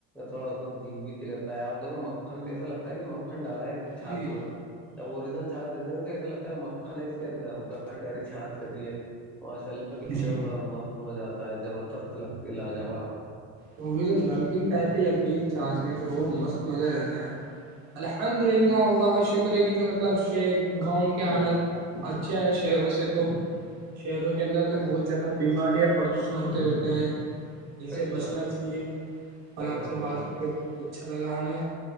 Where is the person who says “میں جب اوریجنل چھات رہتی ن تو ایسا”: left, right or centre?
Centre